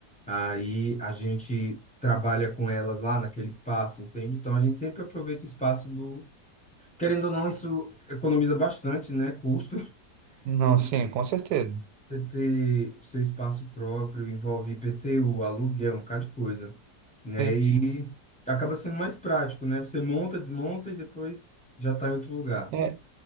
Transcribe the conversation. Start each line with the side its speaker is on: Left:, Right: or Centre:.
Centre: Aí a gente trabalha com elas lá naquele espaço, entende? Então a gente sempre aproveita o espaço do. Querendo ou não, isso economiza bastante, né, custo,
Right: Não,
Centre: <laughs>
Right: sim, com certeza.
Centre: você ter o seu espaço próprio, envolve IPTU, aluguel, um bocado de coisa, né?
Right: Sim.
Centre: E acaba sendo mais prático, né? Você monta, desmonta e depois já está em outro lugar.
Right: É,